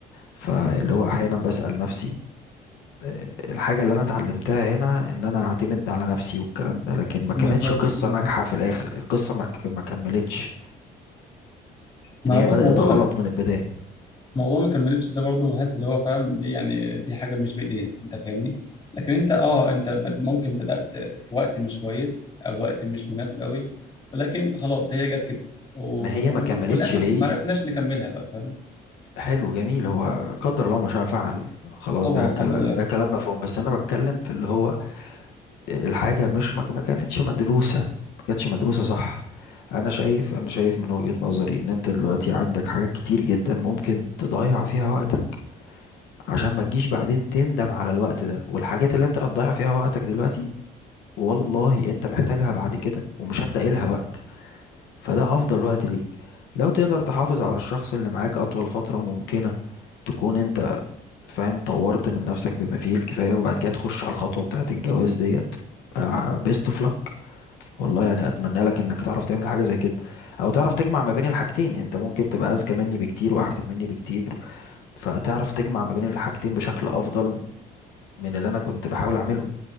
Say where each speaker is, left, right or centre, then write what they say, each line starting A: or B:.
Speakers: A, on the left (about 80°); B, on the left (about 30°).
A: فاللي هو أحيانا بسأل نفسي آه، الحاجة اللي أنا اتعلمتها هنا إن أنا أعتمد على نفسي والكلام ده لكن ما كانتش
B: بالظبط
A: قصة
B: بالظبط
A: ناجحة في الآخر القصة ما ك- ما كملتش
B: ما
A: إن هي
B: هو بص
A: بدأت
B: موضوع
A: غلط من البداية
B: موضوع ما كملتش ده برضه بحس اللي هو فاهم دي يعني دي حاجه مش بايدينا انت فاهمني لكن انت اه انت بد- ممكن بدات في وقت مش كويس او وقت مش مناسب قوي ولكن خلاص هي جت كده و...
A: ما هي ما كملتش
B: وللاسف
A: ليه
B: ما عرفناش نكملها بقى فاهم
A: حلو جميل هو قدر الله ما شاء فعل خلاص
B: طبعا
A: ده كلام
B: الحمد لله
A: ده كلام مفهوم بس انا بتكلم في اللي هو الحاجه مش ما ما كانتش مدروسه ما كانتش مدروسه صح انا شايف انا شايف من وجهه نظري ان انت دلوقتي عندك حاجات كتير جدا ممكن تضيع فيها وقتك عشان ما تجيش بعدين تندم على الوقت ده والحاجات اللي انت هتضيع فيها وقتك دلوقتي والله انت محتاجها بعد كده ومش هتلاقي لها وقت فده افضل وقت ليك لو تقدر تحافظ على الشخص اللي معاك اطول فتره ممكنه تكون انت فاهم طورت من نفسك بما فيه الكفاية وبعد كده تخش على الخطوة بتاعة الجواز ديت بيست اوف لك والله يعني اتمنى لك انك تعرف تعمل حاجة زي كده او تعرف تجمع ما بين الحاجتين انت ممكن تبقى اذكى مني بكتير واحسن مني بكتير فتعرف تجمع ما بين الحاجتين بشكل افضل من اللي انا كنت بحاول اعمله